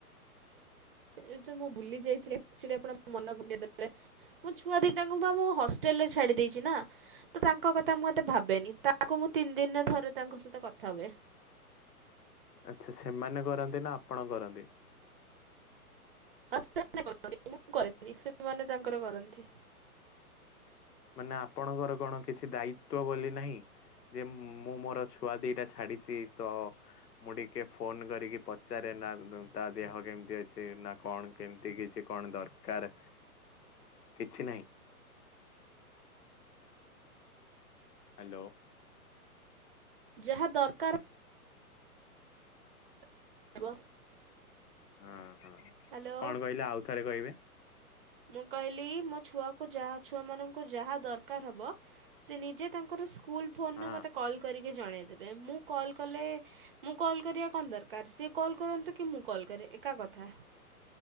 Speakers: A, on the right; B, on the left.
A: ଏଇଟା ମୁଁ ଭୁଲି ଯାଇଥିଲି ଆକଚୁଲି ଆପଣ ମନ ପକେଇଦେଲେ ମୋ ଛୁଆ ଦିଟା କୁ ମୁଁ ପା ମୋ ହଷ୍ଟେଲ ରେ ଛାଡ଼ି ଦେଇଚି ନା ତ ତାଙ୍କ କଥା ମୁଁ ଏତେ ଭାବେନି ତାଙ୍କୁ ମୁଁ ତିନି ଦିନ ଥରେ ତାଙ୍କ ସହିତ କଥା ହୁଏ।
B: ଆଛା ସେମାନେ କରନ୍ତି ନା ଆପଣ କରନ୍ତି?
A: ସେମାନେ କରନ୍ତି ମୁଁ କରେନି ସେମାନେ ତାଙ୍କର କରନ୍ତି।
B: ମାନେ ଆପଣଙ୍କର କଣ କିଛି ଦାୟିତ୍ୱ ବୋଲି ନାହିଁ? ଯେ ମୁଁ ମୋର ଛୁଆ ଦିଟା ଛାଡିଚି ତ ମୁଁ ଟିକେ ଫୋନ କରିକି ପଚାରେ? ନା ତା ଦେହ କେମିତି ଅଛି ନା କଣ କେମିତି କିଛି କଣ ଦରକାର। କିଛି ନାହିଁ। ହାଲୋ।
A: ଯାହା ଦରକାର <unintelligible>
B: ହଁ ହଁ
A: ହ୍ୟାଲୋ
B: କଣ କହିଲ ଆଉ ଥରେ କହିବେ?
A: ମୁଁ କହିଲି ମୋ ଛୁଆକୁ ଛୁଆମାନଙ୍କୁ ଯାହା ଦରକାର ହବ ସେ ନିଜେ ତାଙ୍କର ସ୍କୁଲ୍ ଫୋନରୁୁ
B: ହଁ।
A: ମୋତେ କଲ୍ କରି କି ଜଣେଇଦବେ ମୁଁ କଲ୍ କଲେ ମୁଁ କଲ୍ କରିବା କଣ ଦରକାର ସିଏ କଲ୍ କରନ୍ତୁ କି ମୁଁ କଲ୍ କରେ ଏକା କଥା।